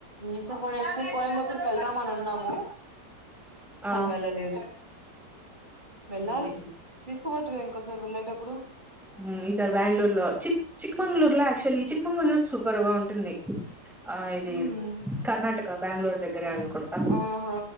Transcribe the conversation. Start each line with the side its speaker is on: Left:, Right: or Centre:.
Right: ఈషా ఫౌండేషన్ కి కోయంబత్తూరు కి వెళ్దాం అని ఉన్నాము
Centre: ఆ
Right: కానీ వెెళ్లలేదు వెళ్లాలి
Centre: మ్మ్
Right: తీసుకపోవచ్చు కదా ఇంకోసారి వెళ్ళేటప్పుడు
Centre: హ్మ్ ఈ సారి బెంగళూరు లో చిక్ చిక్మంగళూరు లో యాక్చువల్లీ చిక్మంగళూరు సూపర్ గా ఉంటుంది ఆ ఇది
Right: మ్మ్
Centre: కర్ణాటక బ్యాంగళూర్ దగ్గరే అనుకుంట
Right: ఆహా